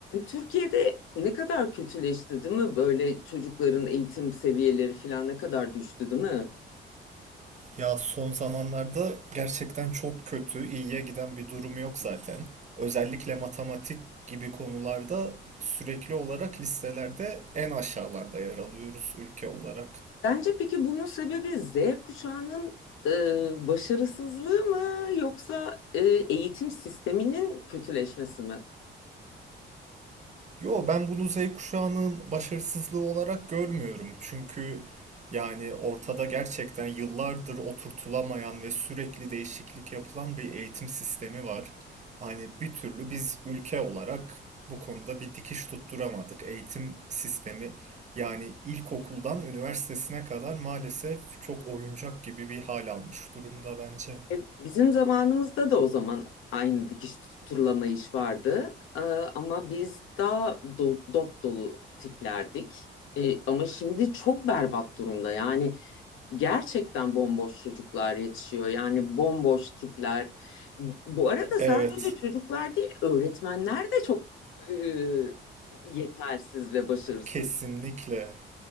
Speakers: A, on the left; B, on the right.
A: Türkiye'de ne kadar kötüleşti, değil mi? Böyle çocukların eğitim seviyeleri falan ne kadar düştü, değil mi?
B: Ya son zamanlarda gerçekten çok kötü, iyiye giden bir durum yok zaten. Özellikle matematik gibi konularda sürekli olarak listelerde en aşağılarda yer alıyoruz ülke olarak.
A: Bence peki bunun sebebi Z kuşağının e, başarısızlığı mı yoksa e, eğitim sisteminin kötüleşmesi mi?
B: Yo ben bunu Z kuşağının başarısızlığı olarak görmüyorum. Çünkü yani ortada gerçekten yıllardır oturtulamayan ve sürekli değişiklik yapılan bir eğitim sistemi var. Hani bir türlü biz ülke olarak bu konuda bir dikiş tutturamadık. Eğitim sistemi yani ilkokuldan üniversitesine kadar maalesef çok oyuncak gibi bir hal almış durumda bence.
A: E, bizim zamanımızda da o zaman aynı dikiş tutturlama iş vardı. E, ama biz daha do- dop dolu tiplerdik. E, ama şimdi çok berbat durumda. Yani gerçekten bomboş çocuklar yetişiyor. Yani bomboş tipler. Bu arada sadece
B: Evet,
A: çocuklar değil, öğretmenler de çok e, yetersiz ve başarısız.
B: kesinlikle.